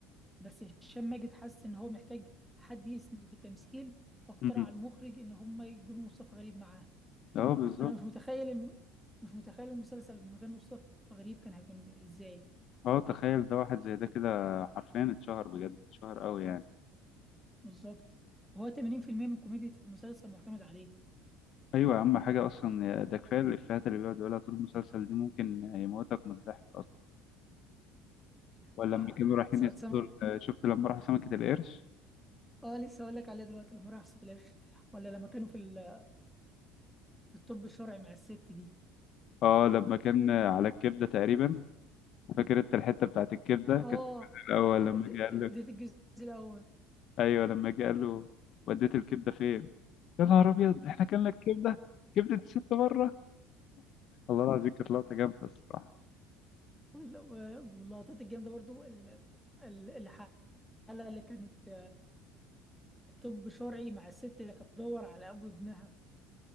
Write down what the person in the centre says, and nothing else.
بس هشام ماجد حس ان هو محتاج حد يسنده في التمثيل فاقترح
على المخرج ان هم يجيبوا مصطفى غريب معاه
فانا مش متخيل الم... مش متخيل المسلسل من غير مصطفى غريب كان هيكون ازاي
بالظبط وهو 80% من كوميديا المسلسل معتمد عليه
آه،
سعد
سمك
اه لسه هقول لك عليه دلوقتي لما راح صوت الاخر ولا لما كانوا في ال... في الطب الشرعي مع الست دي
اه
دي,
دي,
دي
دي في الجزء الاول
وال- واللقطات الجامده برضو ال- ال- الحلقه اللي كانت طب شرعي مع الست اللي كانت بتدور على ابو ابنها